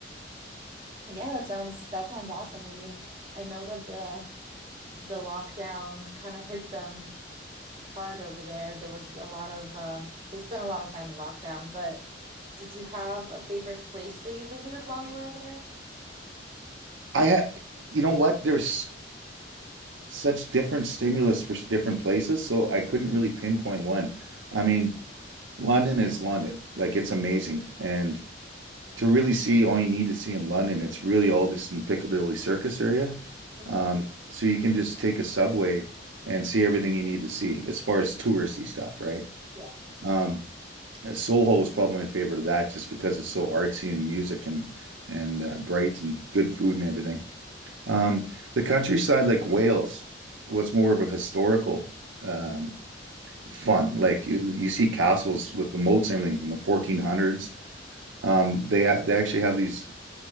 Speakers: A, on the right (about 25°); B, on the right (about 80°).
A: Yeah, that sounds that sounds awesome. I mean, I know that the the lockdown kind of hit them hard over there. There was a lot of um they spent a lot of time in lockdown, but did you have a favorite place that you visited while you were over there?
B: I had, you know what? There's such different stimulus for s- different places, so I couldn't really pinpoint one. I mean, London is London. Like it's amazing. And to really see all you need to see in London, it's really all just in the Piccadilly Circus area.
A: Mhm.
B: Um, so you can just take a subway and see everything you need to see as far as touristy stuff, right?
A: Yeah.
B: Um, Soho was probably my favorite of that just because it's so artsy and music and and uh, bright and good food and everything. Um, the countryside, like Wales, was more of a historical um, fun. Like you, you see castles with the moats and everything from the 1400s. Um, they a- they actually have these